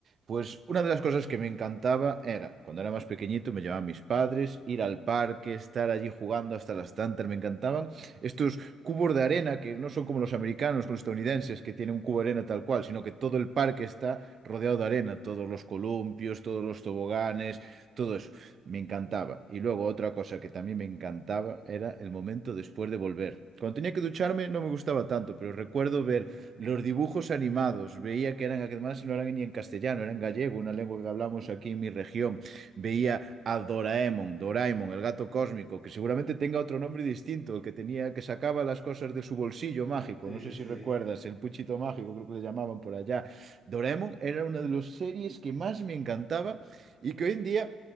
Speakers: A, on the right; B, on the right.
A: pues una de las cosas que me encantaba era, cuando era más pequeñito, me llevaban mis padres, ir al parque, estar allí jugando hasta las tantas, me encantaban estos cubos de arena que no son como los americanos, los estadounidenses, que tienen un cubo de arena tal cual, sino que todo el parque está rodeado de arena, todos los columpios, todos los toboganes, todo eso. Me encantaba. Y luego otra cosa que también me encantaba era el momento después de volver. Cuando tenía que ducharme no me gustaba tanto, pero recuerdo
B: <laughs>
A: ver los dibujos animados. Veía que eran, además no eran ni en castellano, eran gallego, una lengua que hablamos aquí en mi región. Veía a Doraemon, Doraemon, el gato cósmico, que seguramente tenga otro nombre distinto, el que tenía, que sacaba las cosas de su bolsillo mágico.
B: Sí,
A: No
B: sí,
A: sé si
B: sí.
A: recuerdas, el puchito mágico, creo que le llamaban por allá. Doraemon era una de las series que más me encantaba y que hoy en día